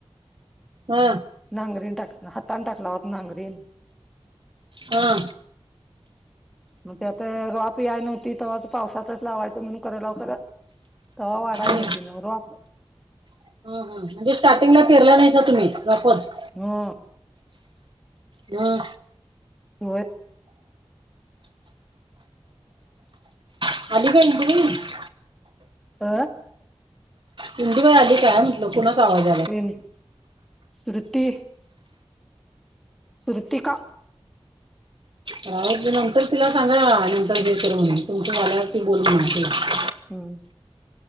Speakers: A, on the right; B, in the centre.
A: हा!
B: नांगरीन टाक हातान टाकला होता नांगरीन,
A: हा!
B: मग त्या आत रपयाय नव्हती तेव्हा पावसाचाच लावायचं म्हणून करां लाव खरं. त वाडाय
A: हा
B: न नव रोप.
A: हा म्हणजे स्टार्टिंगला पिरला नाहीस तुम्ही रोपच
B: हा
A: ह
B: होय.
A: <unintelligible>
B: अ
A: नंदू बाई आली काय आज. मग कोणाचाआवाज,
B: येन वृती. ऋतिका.
A: रा नंतर तिला सांगा नंतर जे कर म्हणे तुमच्याल्यावर ती बोल म्हणा तिला.
B: हम्.